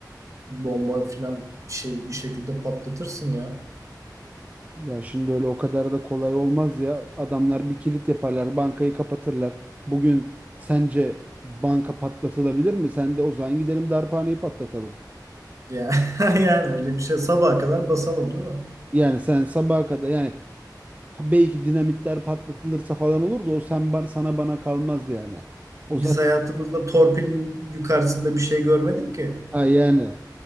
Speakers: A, on the right; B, on the right.
A: Bomba filan bir şey bir şekilde patlatırsın ya.
B: Ya şimdi öyle o kadar da kolay olmaz ya. Adamlar bir kilit yaparlar, bankayı kapatırlar. Bugün sence banka patlatılabilir mi? Sen de o zaman gidelim darphaneyi patlatalım.
A: Ya <laughs> yani öyle bir şey sabaha kadar basalım değil mi?
B: Yani sen sabaha kadar yani Ha, belki dinamitler patlatılırsa falan olur da o sen ba- sana bana kalmaz yani. O
A: Biz
B: zaten
A: hayatımızda torpilin yukarısında bir şey görmedik ki.
B: ha yani.